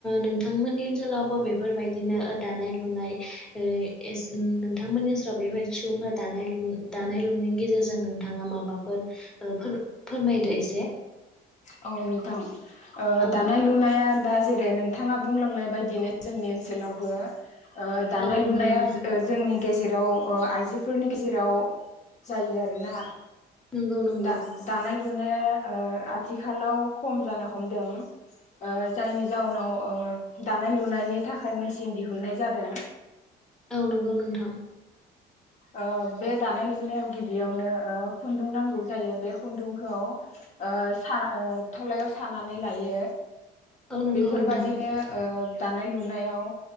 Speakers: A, in the centre; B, on the left (about 45°).
A: नोंथांमोननि ओनसोलावबो बेफोरबायदिनो दानाय लुनाय नोंथांमोननि ओनसोलाव बेफोरबायदि सुबुं फोर दानाय लु दानाय लुनायनि गेजेरजों नोंथाङा माबाफोर फोरमायदो एसे
B: औ नोंथां ओ
A: औ
B: दानाय लुनाया दा जेरै नोंथाङा बुंलांनाय बायदिनो जोंनि ओनसोलावबो ओ दानाय
A: औ नंगौ
B: लुनाया
A: नोंथां
B: जोंनि गेजेराव ओ आइजोफोरनि गेजेराव जायो आरोना
A: नंगौ नंगौ
B: दा दानाय लुनाया ओ आ थिखालाव खम जानो हमदों ओ
A: औ
B: जायनि
A: नंगौ
B: जाहोनाव
A: नोंथां
B: ओ दानाय लुनायनि थाखाय मेचिन दिहुननाय जादों
A: औ नंगौ नोंथां
B: ओ बे दानाय लुनायाव गिबियावनो ओ खुन्दुं नांगौ जायो बे खुन्दुंखौ ओ साना थलायाव सानानै लायो
A: औ नंगौ
B: बेफोरबादिनो
A: नोंथां
B: ओ दानाय लुनायाव